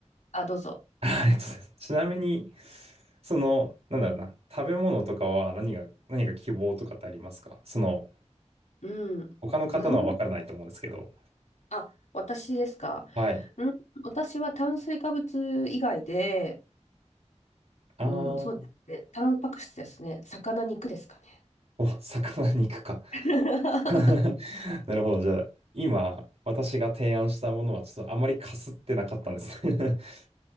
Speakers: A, on the left; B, on the right.
A: あ、どうぞ。
B: <laughs> ありがとうございます。ちなみに、その、なんだろうな、食べ物とかは何が、何か希望とかってありますかその、
A: うん。
B: 他の方のは分からないと思うんですけど。
A: なんあ、私ですか。
B: はい。
A: うん、私は炭水化物以外で、
B: ああ、
A: うん、
B: お、
A: そうですね。タンパク質ですね。魚肉ですかね。
B: 魚肉か。
A: <laughs>
B: <laughs> なるほど。じゃあ、今、私が提案したものは、ちょっとあまりかすってなかったんです。<laughs>